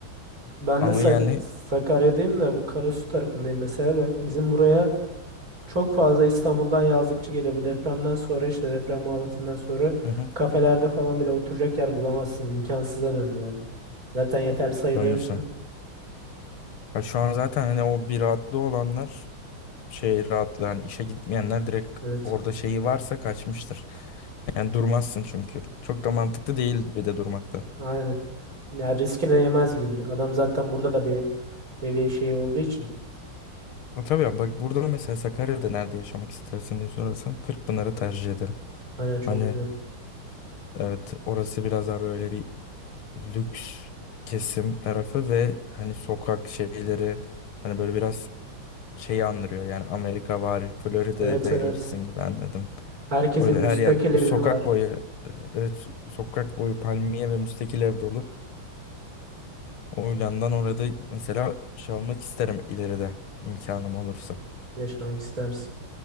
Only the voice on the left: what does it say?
Ama
yani
hı hı,
dönmüşsün.
Ya şu an zaten hani o bir rahatlığı olanlar şey rahatlığı hani işe gitmeyenler direkt
orada şeyi varsa kaçmıştır. Yani durmazsın çünkü. Çok da mantıklı değil bir de durmakta.
Ama tabii ya, bak burada mesela Sakarya'da nerede yaşamak istersin diye sorarsan Kırkpınar'ı tercih ederim.
Hani
Evet, orası biraz daha böyle bir lüks kesim tarafı ve hani sokak şeyleri hani böyle biraz şeyi andırıyor. Yani Amerika var, Florida'daymışsın
gibi anladım.
Böyle
her yer
sokak
boyu e, evet so, sokak boyu palmiye ve müstakil ev dolu. O yandan orada mesela şey almak isterim ileride imkanım olursa.